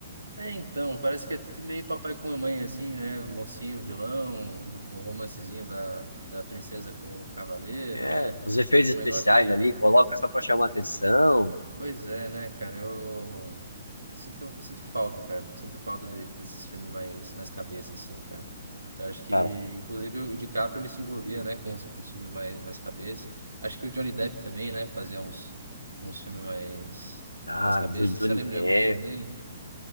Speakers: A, on the right; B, on the left.
A: É, então, parece que é tudo meio papai com mamãe, assim, né? Mocinho, vilão, o romancezinho da, da princesa com o cavaleiro,
B: É,
A: né?
B: os efeitos
A: Um
B: especiais
A: negócio meio.
B: ali, coloca só pra chamar atenção.
A: Pois é, né, cara? Eu sinto, sinto falta, cara. Sinto falta de- desses filmes mais, mais cabeça, assim, cara. Eu acho que,
B: Cara,
A: inclusive, o DiCaprio ele se envolvia, né, com os, com os filmes mais, mais cabeça. Acho que o Johnny Depp também, né, fazia uns, uns filmes mais,
B: cara,
A: mais cabeça.
B: do Johnny
A: Você lembra
B: Depp.
A: de algum filme dele?